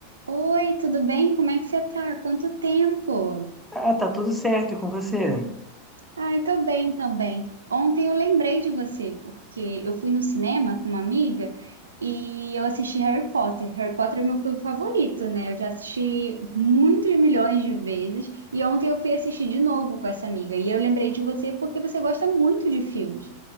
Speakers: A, on the right; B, in the centre.
A: Oi, tudo bem? Como é que você tá? Quanto tempo?
B: Ah, tá tudo certo e com você?
A: Ai, tô bem também. Ontem eu lembrei de você, porque eu fui no cinema com uma amiga e eu assisti Harry Potter. Harry Potter é meu filme favorito, né? Eu já assisti muitos milhões de vezes e ontem eu fui assistir de novo com essa amiga. E eu lembrei de você porque você gosta muito de filmes.